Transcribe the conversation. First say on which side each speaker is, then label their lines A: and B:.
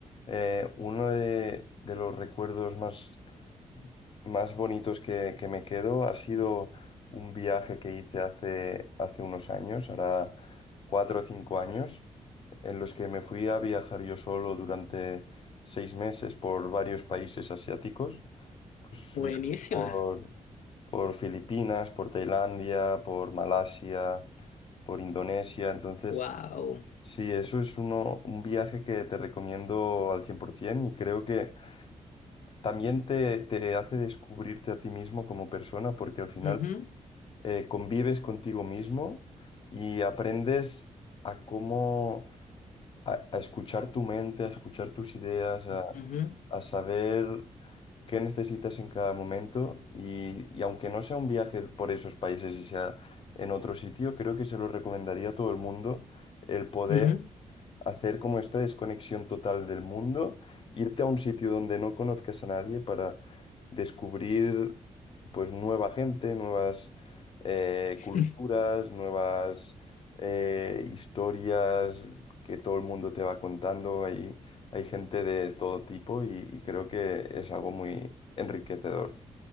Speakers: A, on the left; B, on the left.
A: eh, uno de, de los recuerdos más, más bonitos que, que me quedo ha sido un viaje que hice hace, hace unos años, hará cuatro o cinco años, en los que me fui a viajar yo solo durante seis meses por varios países asiáticos. Pues
B: Buenísima,
A: viajé por, por Filipinas, por Tailandia, por Malasia, por Indonesia. Entonces,
B: wow.
A: sí, eso es uno, un viaje que te recomiendo al 100% y creo que también te, te hace descubrirte a ti mismo como persona porque al final
B: Ujú,
A: eh, convives contigo mismo y aprendes a cómo... A, a escuchar tu mente, a escuchar tus ideas, a
B: ujú,
A: saber qué necesitas en cada momento y, y aunque no sea un viaje por esos países y sea en otro sitio, creo que se lo recomendaría a todo el mundo el poder
B: ujú.
A: hacer como esta desconexión total del mundo, irte a un sitio donde no conozcas a nadie para descubrir pues nueva gente, nuevas eh,
B: <laughs>
A: culturas, nuevas eh, historias que todo el mundo te va contando. Hay, hay gente de todo tipo y, y creo que es algo muy enriquecedor.